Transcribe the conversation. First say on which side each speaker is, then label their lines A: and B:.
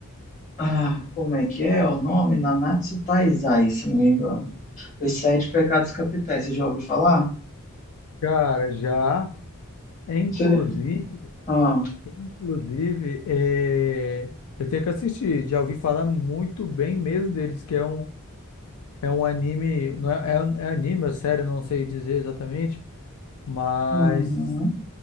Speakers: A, on the left (about 35°); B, on the left (about 80°).
A: Ah, como é que é o nome? Nanatsu Taizai, se não me engano. Os Sete Pecados Capitais, você já ouviu falar?
B: Cara, já, É, inclusive,
A: Você- Ah,
B: inclusive, é, eu tenho que assistir. Já ouvi falar muito bem mesmo deles, que é um, é um anime, não é, é, é anime, é sério, não sei dizer exatamente, mas
A: uhum.